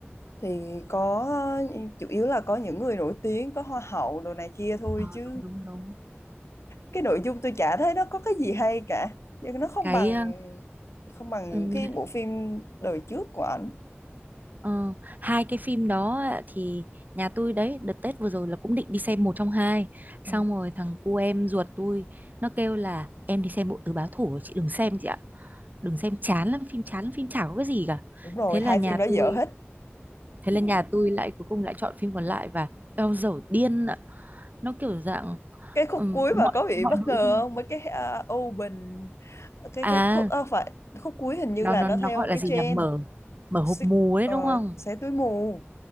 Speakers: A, on the left; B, on the right.
A: thì có chủ yếu là có những người nổi tiếng có hoa hậu đồ này kia thôi
B: ờ,
A: chứ
B: đúng đúng đúng.
A: cái nội dung tôi chả thấy nó có cái gì hay cả nhưng nó không
B: Cái
A: bằng không bằng những
B: uh,
A: cái bộ phim đời trước của ảnh
B: Ờ, hai cái phim đó á, thì nhà tôi đấy đợt Tết vừa rồi là cũng định đi xem một trong hai xong
A: ừ.
B: rồi thằng cu em ruột tôi nó kêu là em đi xem bộ tứ báo thủ rồi, chị đừng xem chị ạ đừng xem chán lắm phim chán lắm phim chả có cái gì cả
A: đúng rồi
B: thế là
A: hai
B: nhà
A: phim đó
B: tôi
A: dở hết
B: thế là nhà tôi lại cuối cùng lại chọn phim còn lại và eo dở điên ạ nó kiểu dạng
A: cái khúc
B: ừm,
A: cuối mà
B: mọi
A: có bị
B: mọi
A: bất
B: nội
A: ngờ
B: dung
A: không mấy cái uh, open cái
B: à
A: cái khúc ờ, phải khúc cuối hình như
B: nó
A: là
B: nó
A: nó
B: nó
A: theo
B: gọi là
A: cái
B: gì
A: trend
B: nhỉ mở mở hộp
A: Six,
B: mù đấy
A: ờ,
B: đúng không
A: xé túi mù